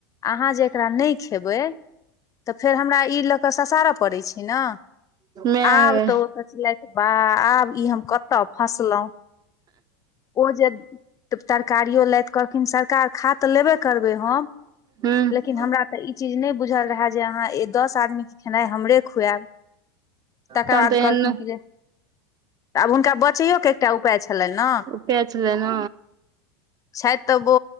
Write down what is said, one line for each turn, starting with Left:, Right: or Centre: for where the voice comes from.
Left: अहाँ जे एकरा नहि खेबै तऽ फेर हमरा ई लऽ कऽ ससार पड़ै छै नऽ।
Right: माय
Left: आब
Right: गै
Left: तऽ ओ सोचलथि बाह आब ई हम कतऽ फसलहुँ। ओ जे तरकारियो लैत कहलखिन सरकार खा तऽ लेबे करबै हम।
Right: हूं
Left: लेकिन हमरा तऽ ई चीज नहि बुझल रहै जे अहाँ ए दस आदमीके खेनाइ हमरे खुऐब। तकर
Right: तहन
Left: बाद
Right: तऽ एहन
Left: कहलखिन कि जे। आब हुनका बचैओ के एकटा उपै छलनि न।
Right: पेचले न।
Left: छैथ तबो।